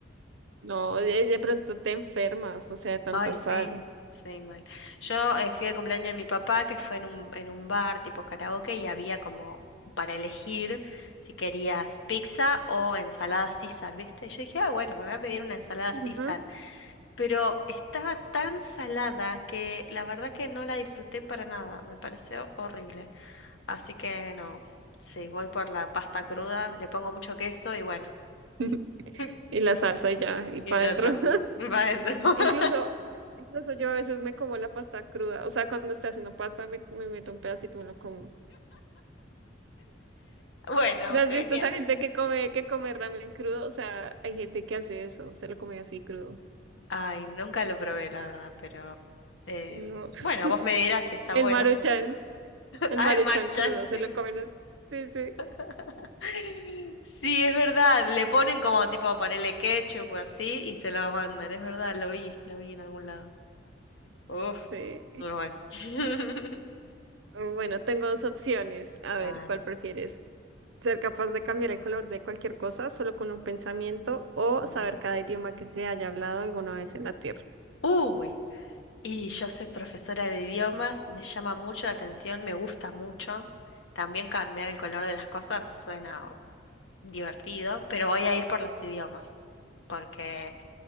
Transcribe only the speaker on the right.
No, de, de pronto te enfermas, o sea, de tanta
sal.
Ajá.
<laughs>
Y la salsa y ya, y
para
adentro.
Incluso,
incluso yo a veces me como la pasta cruda. O sea, cuando estoy haciendo pasta, me, me meto un pedacito y me lo como.
¿No has
visto esa gente que come, que come ramen crudo? O sea, hay gente que hace eso, se lo come así crudo.
No.
<laughs>
El
Maruchan,
el
Maruchan
crudo,
se lo comen así. Sí, sí.
Mm,
Sí.
Bueno, tengo dos opciones. A ver,
¿cuál
prefieres? ¿Ser capaz de cambiar el color de cualquier cosa solo con un pensamiento o
saber cada idioma que se haya hablado alguna vez en la Tierra?